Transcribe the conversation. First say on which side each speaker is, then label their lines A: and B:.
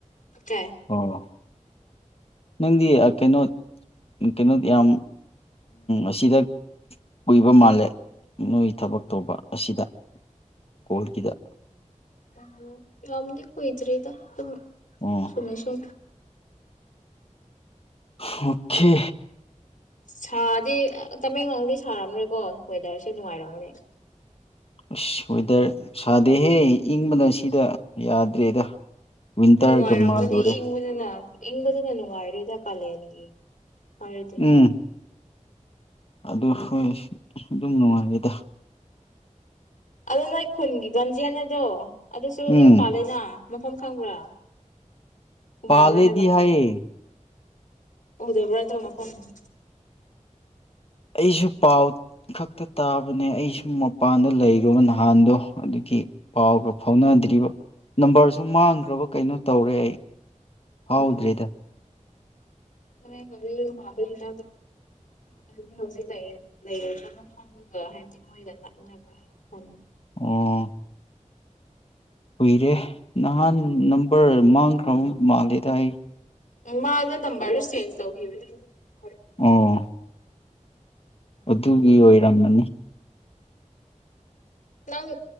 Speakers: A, on the left; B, on the left.
A: ꯀ
B: ꯑꯣ ꯅꯪꯗꯤ ꯀꯩꯅꯣ ꯀꯩꯅꯣ ꯌꯥꯝ ꯑꯁꯤꯗ ꯀꯨꯏꯕ ꯃꯥꯜꯂꯦ ꯅꯣꯏ ꯊꯕꯛ ꯇꯧꯕ ꯑꯁꯤꯗ ꯀꯣꯜꯒꯤꯗ
A: ꯋꯥꯪꯉꯨ ꯂꯝꯗꯤ ꯀꯣꯏꯗ꯭ꯔꯤꯗ ꯁꯨꯝ
B: ꯑꯣ
A: ꯁꯅꯤꯁꯤ
B: ꯑꯣꯀꯦ
A: ꯁꯗꯦ ꯇꯃꯦꯡꯂꯣꯡꯗꯤ ꯁꯥꯔꯝꯔꯣꯏꯀꯣ ꯋꯦꯗꯔꯁꯦ ꯅꯨꯡꯉꯥꯏꯔꯝꯒꯅꯤ
B: ꯑꯁ ꯋꯦꯗꯔ ꯁꯥꯗꯦꯍꯦ ꯏꯪꯕꯅ ꯁꯤꯗ ꯌꯥꯗ꯭ꯔꯦꯗ ꯋꯤꯟꯇꯔꯒ
A: ꯅꯨꯡꯉꯥꯏꯔꯝꯒꯅꯤ
B: ꯃꯥꯜꯂꯨꯔꯦ
A: ꯏꯪꯕꯗꯨꯅ ꯏꯪꯕꯗꯨꯅ ꯅꯨꯡꯉꯥꯏꯔꯦꯗ ꯄꯂꯦꯟꯒꯤ ꯍꯥꯏꯗꯤ
B: ꯎꯝ ꯑꯗꯨ ꯍꯣꯏ ꯑꯗꯨꯝ ꯅꯨꯡꯉꯥꯏꯔꯦꯗ
A: ꯑꯗꯣ ꯅꯣꯏ ꯈꯨꯨꯟꯒꯤ ꯒꯪꯖꯌꯥꯅꯗꯣ ꯑꯗꯁꯨ ꯑꯗꯨꯝ
B: ꯎꯝ
A: ꯄꯂꯦꯅ ꯃꯐꯝ ꯈꯪꯕ꯭ꯔꯥ ꯎꯅꯕ꯭ꯔꯥ
B: ꯄꯂꯦꯗꯤ ꯍꯥꯏꯑꯌꯦ
A: ꯎꯗꯕ꯭ꯔ ꯑꯗꯨ ꯃꯐꯝꯗꯣ
B: ꯑꯩꯁꯨ ꯄꯥꯎ ꯈꯛꯇ ꯇꯥꯕꯅꯦ ꯑꯩꯁꯨ ꯃꯄꯥꯟꯗ ꯂꯩꯔꯨꯕ ꯅꯍꯥꯟꯗꯣ ꯑꯗꯨꯒꯤ ꯄꯥꯎꯒ ꯐꯥꯎꯅꯗ꯭ꯔꯤꯕ ꯅꯝꯕꯔꯁꯨ ꯃꯥꯡꯈ꯭ꯔꯕ ꯀꯩꯅꯣ ꯇꯧꯔꯦ ꯑꯩ ꯍꯥꯎꯗ꯭ꯔꯤꯗ
A: ꯑꯣ
B: <inaudible>
A: ꯑꯩꯒ ꯃꯤꯒ ꯃꯥꯟꯕꯔꯥ <unintelligible> ꯍꯥꯏꯕꯗꯤ ꯍꯧꯖꯤꯛ ꯂꯩꯔ ꯂꯩꯔꯗꯕ ꯃꯐꯝꯗꯨꯒ ꯍꯥꯏꯕꯗꯤ ꯃꯣꯏꯒ ꯅꯛꯅꯕ꯭ꯔꯥ ꯍꯣꯢ
B: ꯑꯣ ꯀꯨꯏꯔꯦ ꯅꯍꯥꯟ ꯅꯝꯕꯔ ꯃꯥꯡꯈ꯭ꯔꯕ ꯃꯥꯜꯂꯦꯗ ꯑꯩ
A: ꯃꯥꯥꯗꯣ ꯅꯝꯕꯔ ꯆꯦꯟꯖ ꯆꯧ <unintelligible>
B: ꯑꯣ ꯑꯗꯨꯒꯤ ꯑꯣꯏꯔꯝꯒꯅꯤ
A: ꯅꯪ